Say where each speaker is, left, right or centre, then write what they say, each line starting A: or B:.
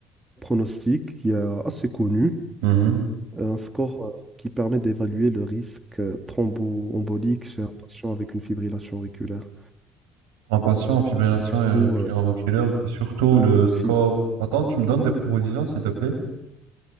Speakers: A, on the right; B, on the right.
A: pronostic qui est assez connu,
B: Mhm.
A: un score euh, qui permet d'évaluer le risque euh, thromboembolique chez un patient avec une fibrillation auriculaire.
B: En patient en fibrillation
A: Du
B: auric-
A: coup, euh,
B: auriculaire, c'est surtout
A: oui,
B: le score.
A: fi-
B: Attends, tu me donnes des propositions, s'il te plaît.